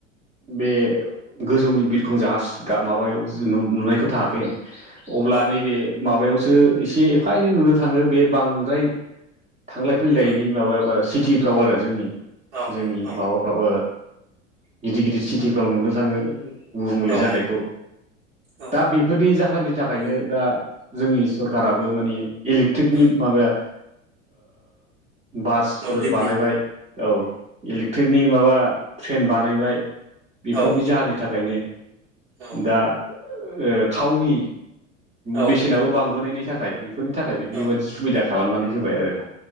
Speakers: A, on the right (about 15°); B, on the right (about 55°).
A: बे गोजौनि बिरखं जाहाज माबायाव नुनायखौ थांङाखै आं अब्ला
B: औ
A: नैबे माबायाव ऐसा एनै नुनो थाङो बे बांद्राय थांलाय फैलायनि
B: औ
A: माबा सिटिफ्राव आरो जोंनि
B: औ
A: जोंनि
B: औ
A: माबाफ्राव गिदिर गिदिर सिटिफ्राव नुनो थाङो गुबुंले
B: औ
A: जानायखौ
B: औ
A: दा बेफोरनि जाहोननि थाखायनो दा जोंनि सरकाराबो माने इलेक्ट्रिकनि
B: उम
A: माबाया बासफोर
B: मोब्लिबनि
A: बानायबाय औ इलिक ट्रिकनि माबा ट्रेन बानायबाय बेफोरनि
B: औ
A: जाहोननि थाखायनो
B: औ
A: दा ओ थावनि
B: औ
A: बेसेनाबो बांबोनायनि थाखाय बेफोरनि थाखाय बेबायादि
B: औ
A: सुबिदा खालामनानै होबाय आरोना